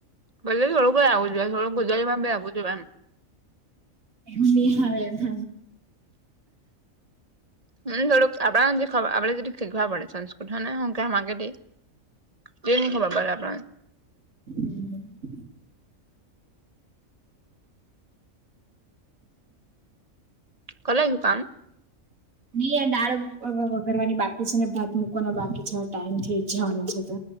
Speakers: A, on the right (about 30°); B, on the right (about 80°).
A: ભલે થોડું કઈ આવું જોઈએ થોડું ગુજરારીમાં પણ આવું જોઈએ એમ
B: એમ ની હા હ હ.
A: હમ થોડુંક આપ જે ખ આપળ જે શીખવા પડેપણ સંસ્કૃત હોને હકે કે તેની ખબર ની પડે આપણને
B: <inaudible>
A: કર લખ્યું કામ?
B: નહી આ દાળ વ વ વધારવાની બાકી છે, ને ભાત મૂકવાનો બાકી છે, ટાઈમ થી જવાનો છે તો